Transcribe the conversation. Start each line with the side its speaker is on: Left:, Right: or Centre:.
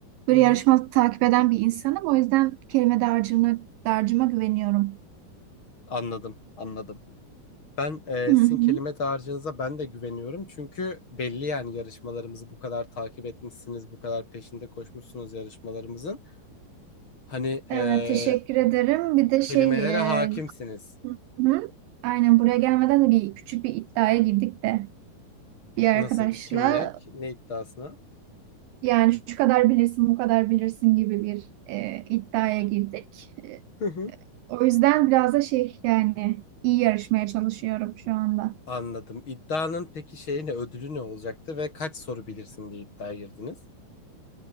Right: Böyle
Left: hı hı.
Right: yarışmalık takip eden bir insanım. O yüzden kelime dağarcığına, dağarcığıma güveniyorum.
Left: Anladım, anladım. Ben e,
Right: Hı
Left: sizin
Right: hı.
Left: kelime dağarcığınıza ben de güveniyorum. Çünkü belli yani yarışmalarımızı bu kadar takip etmişsiniz, bu kadar peşinde koşmuşsunuz yarışmalarımızın. Hani
Right: Evet
Left: e,
Right: teşekkür ederim. Bir de
Left: kelimelere
Right: şey
Left: hakimsiniz.
Right: e, hı hı. Aynen buraya gelmeden de bir küçük bir iddiaya girdik de. bir arkadaşla
Left: Nasıl, kim ne, ne iddiasına?
Right: yani şu kadar bilirsin, bu kadar bilirsin gibi bir e, iddiaya girdik. E,
Left: <laughs>
Right: o yüzden biraz da şey yani iyi yarışmaya çalışıyorum şu anda.
Left: Anladım. İddianın peki şeyi ne, ödülü ne olacaktı ve kaç soru bilirsin diye iddiaya girdiniz?